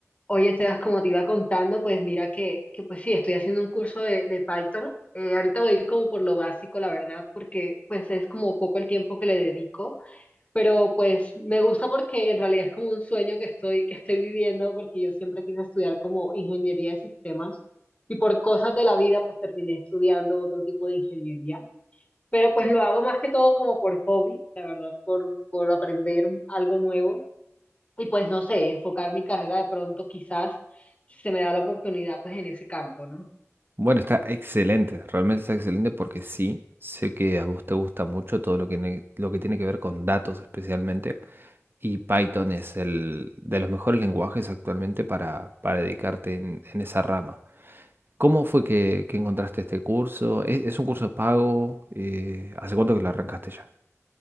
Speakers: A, on the left; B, on the right.
A: Oye, Esteban, como te iba contando, pues mira que, que pues sí, estoy haciendo un curso de, de Python. Eh, ahorita voy a ir como por lo básico, la verdad, porque pues es como poco el tiempo que le dedico, pero pues me gusta porque en realidad es como un sueño que estoy, que estoy viviendo, porque yo siempre quise estudiar como ingeniería de sistemas y por cosas de la vida pues terminé estudiando otro tipo de ingeniería, pero pues lo hago más que todo como por hobby, la verdad, por, por aprender algo nuevo. Y pues no sé, enfocar mi carrera de pronto quizás si se me da la oportunidad pues en ese campo, ¿no?
B: Bueno, está excelente, realmente está excelente porque sí, sé que a vos te gusta mucho todo lo que, ne- lo que tiene que ver con datos especialmente y Python es el de los mejores lenguajes actualmente para, para dedicarte en, en esa rama. ¿Cómo fue que, que encontraste este curso? ¿Es, es un curso pago? Eh, ¿hace cuánto que lo arrancaste ya?